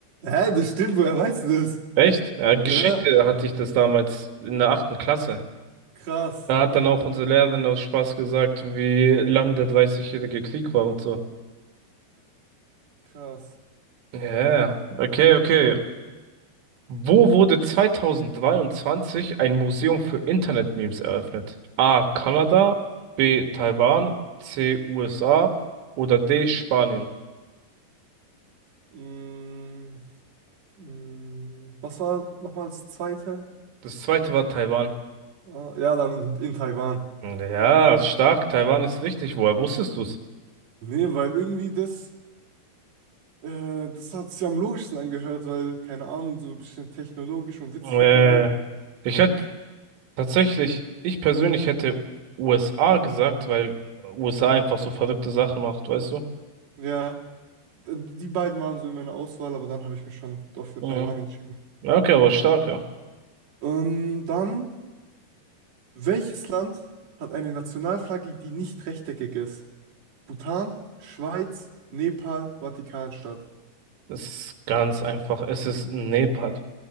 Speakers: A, on the right; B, on the right.
A: Hä, das stimmt, woher weißt du das?
B: Echt? Ja, Geschichte
A: Ja,
B: hatte ich das damals in der achten Klasse.
A: krass,
B: Da hat dann auch unsere Lehrerin aus Spaß gesagt, wie lang der Dreißigjährige Krieg war und so.
A: krass.
B: Ja, yeah. Okay, okay. Wo wurde 2023 ein Museum für Internet-Memes eröffnet? A. Kanada, B. Taiwan, C. USA oder D. Spanien.
A: Mm, mm, was war nochmal das zweite?
B: Das zweite war Taiwan.
A: Ah, ja, dann in, in Taiwan.
B: Ja, stark. Taiwan ist wichtig. Woher wusstest du's?
A: Nee, weil irgendwie das, äh, das hat sich am logischsten angehört, weil, keine Ahnung, so ein bisschen technologisch und witzig
B: Äh,
A: unterwegs.
B: ich hätte Tatsächlich, ich persönlich hätte USA gesagt, weil USA einfach so verrückte Sachen macht, weißt du?
A: Ja, d- die beiden waren so in meiner Auswahl, aber dann habe ich mich schon doch für
B: Mhm.
A: Taiwan entschieden.
B: Ja, Okay, aber stark, ja.
A: Ähm, dann, welches Land hat eine Nationalflagge, die nicht rechteckig ist? Bhutan, Schweiz, Nepal, Vatikanstadt.
B: Es ist ganz einfach. Es ist Nepal.